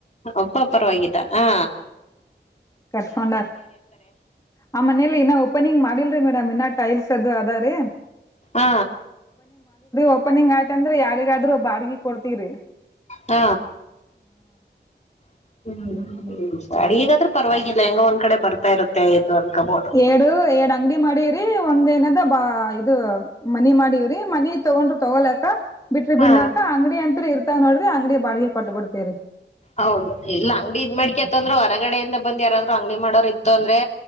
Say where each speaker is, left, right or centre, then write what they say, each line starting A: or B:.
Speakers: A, on the left (about 40°); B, on the left (about 15°).
A: ಅಪ್ಪಾ ಪ್ರಿವಾಗಿಯೆಲ್ಲಾ
B: ಕಟ್ಕೋಣರ ಆ ಮನೆಯಲ್ಲಿ ಇನ್ನು ಓಪನ್ ಇಲ್ಲ ಏನು ಈನಾ ಮಾಡಿಲ್ಲ ರೀ ಮೇಡಂ ಇನ್ನ ಟೈಲ್ಸ್ ಅದು ರೀ
A: ಹ
B: ಓಪನಿಂಗ್ ಆಗಿದ್ದರೆ ಅಂದ್ರೆ ಯಾರಿಗಾದ್ರೂ ಬಾಡಿಗೆ ಕೊಡುತ್ತಿದ್ದೀರಿ
A: ಹ <inaudible> ಬಾಡಿಗೆ ಆದ್ರೂ ಪರ್ವಾಗಿಲ್ಲ ಏನು ಈಕಡೆ ಬರ್ತಾ ಇರುತ್ತೆ ಅನ್ಕೋಬಹುದು.
B: ಹೇಳು ಏನು ಅಂಗಡಿ ಮಾಡಿದೆ ಒಂದುನಗ ಬಾ ಇದು ಮನಿ ಮಾಡಿಯವರೆ ಮನಿ ತೊಗೊಂಡರ್ ತೊವಲೆಟಾ ಬಿಟ್ರೆ
A: ಹಾ
B: ಬಿಲ್ದಾಕ ಅಂಗಡಿ ಅಂತ್ರು ಇರು ಅಂಗ್ಡಿ ಬಾಡಿಗೆ ಕೊಟ್ಟು ಬಿಡ್ತೀವಿ
A: ಹೌದು ಇಲ್ಲ ಅಂಗಡಿ ಮಾಡ್ಕೊಂತಾ ಹೊರಗಡೆ ಬಂದು ಯಾರಾದ್ರೂ ಮಾಡು ಇತ್ತಂದ್ರೆ